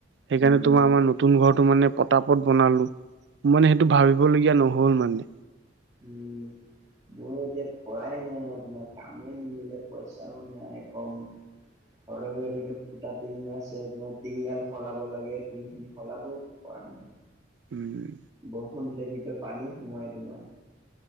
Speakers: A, on the right; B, on the right.
A: সেইকাৰণে
B: উম
A: তোমাৰ আমাৰ নতুন ঘৰটো মানে পটাপত বনালোঁ। মানে সেইটো ভাবিবলগীয়া নহ'ল মানে।
B: উম। ময়ো এতিয়া পৰাই নাই মই তোমাৰ কামে নিমিলে পইচাও নাই কম ঘৰত আকৌ এনেকে ফুটা টিঙ আছে তোমাৰ টিংগাল সলাব লাগে টিংখিনি সলাব পৰা নাই
A: উম
B: বৰষুণ দিলে ভিতৰত পানী সোমাই তোমাৰ